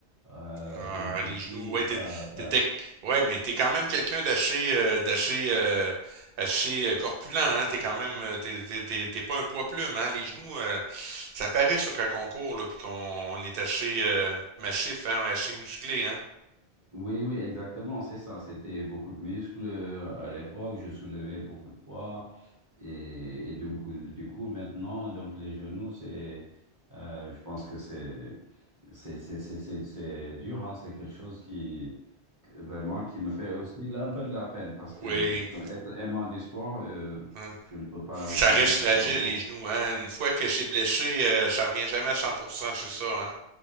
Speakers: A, on the right; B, on the right.
A: Euh,
B: Euh,
A: donc du
B: les
A: coup,
B: genoux, ouais, t'es,
A: ça, ça
B: t'étais- ouais, mais t'es quand même quelqu'un d'assez, euh, d'assez, euh, assez euh, corpulent, hein. T'es quand même, euh, t'es, t'es, t'es, t'es pas un poids plume, hein. Les genoux, euh, ça paraît ça quand on court, là, puis qu'on on est assez euh, massif, hein, on est assez musclé, hein.
A: Oui, oui, exactement, c'est ça. C'était beaucoup de muscles euh, à l'époque. Je soulevais beaucoup de poids. Et, et donc, euh, du coup, maintenant, donc les genoux, c'est, euh, je pense que c'est, c'est, c'est, c'est, c'est c'est dur, hein. C'est quelque chose qui, que- vraiment, qui me fait aussi de la- un peu de la peine parce
B: Oui.
A: que je- être aimant du sport, euh,
B: hein.
A: je ne peux pas
B: Ça
A: courir
B: reste fragile
A: très longtemps.
B: les genoux, hein. Une fois que c'est blessé, euh, ça revient jamais à 100% c'est ça,